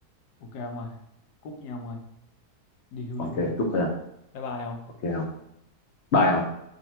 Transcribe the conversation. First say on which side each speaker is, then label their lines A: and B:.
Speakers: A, on the left (about 80°); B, on the left (about 55°).
A: Ok không ơi? Cúp nhau không ơi? Đi healing
B: ok
A: nha.
B: chúc thôi không
A: Bye bye không?
B: ok không bye không